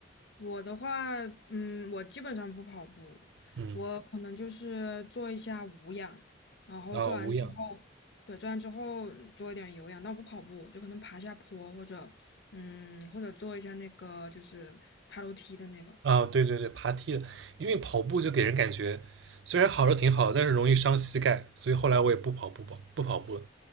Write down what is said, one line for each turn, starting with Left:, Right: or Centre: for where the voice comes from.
Left: 我的话，嗯，我基本上不跑步，
Right: 嗯，
Left: 我可能就是做一下无氧，然后做完之后，
Right: 啊，无氧
Left: 对，做完之后嗯做一点有氧，但我不跑步，就可能爬下坡或者，嗯，或者做一下那个就是爬楼梯的那个。
Right: 啊，对对对，爬梯的，因为跑步就给人感觉虽然好是挺好的，但是容易伤膝盖，所以后来我也不跑步吧，不跑步了。